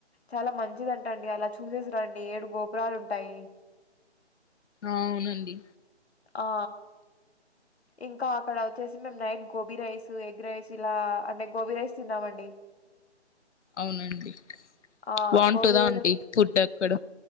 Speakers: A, on the left (about 65°); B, on the left (about 80°).
A: చాలా మంచి దంట అండి అలా చూసేసి రండి ఏడు గోపురాలు ఉంటాయి. ఆ
B: అవునండి.
A: ఆ ఇంకా అక్కడ. వచ్చేసి మేము night gobi rice egg rice ఇలా అంటే గోబీ రైస్ తిన్నామ అండి.
B: అవునండి
A: ఆ
B: వామ్టుదా
A: గోబీ రైస్
B: అండి ఫుడ్ అక్కడ.